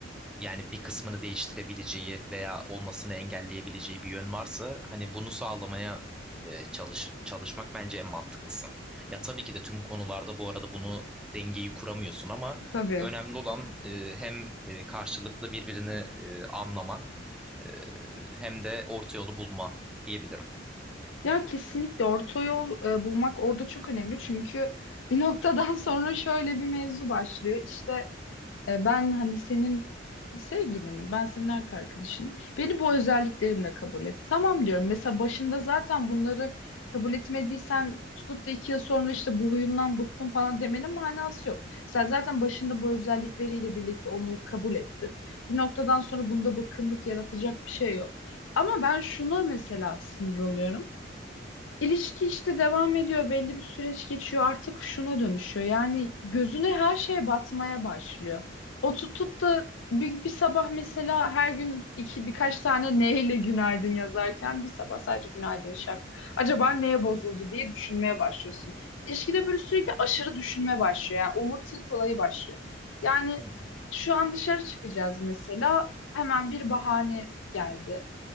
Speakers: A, in the centre; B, on the left (about 75°).
A: yani bir kısmını değiştirebileceği veya olmasını engelleyebileceği bir yön varsa hani bunu sağlamaya e, çalış çalışmak bence en mantıklısı. Ya tabii ki de tüm konularda bu arada bunu dengeyi kuramıyorsun ama
B: Tabii.
A: önemli olan e, hem e, karşılıklı birbirini e, anlama e, hem de orta yolu bulma diyebilirim.
B: Ya kesinlikle orta yol e, bulmak orada çok önemli. Çünkü bir noktadan <laughs> sonra şöyle bir mevzu başlıyor. İşte E, Ben hani senin sevgilinim, ben senin erkek arkadaşınım. Beni bu özelliklerimle kabul et. Tamam diyorum. Mesela başında zaten bunları kabul etmediysen tutup da iki yıl sonra işte bu huyundan bıktım falan demenin manası yok. Sen zaten başında bu özellikleriyle birlikte onu kabul ettin. Bir noktadan sonra bunda bıkkınlık yaratacak bir şey yok. Ama ben şuna mesela sinir oluyorum. İlişki işte devam ediyor, belli bir süreç geçiyor, artık şuna dönüşüyor. Yani gözüne her şey batmaya başlıyor. O tutup da bir, bir sabah mesela her gün iki birkaç tane neyle günaydın yazarken bir sabah sadece günaydın şak. Acaba neye bozuldu diye düşünmeye başlıyorsun. İlişkide böyle sürekli aşırı düşünme başlıyor. Yani overthink olayı başlıyor. Yani
A: Hı hı.
B: şu an dışarı çıkacağız mesela hemen bir bahane geldi.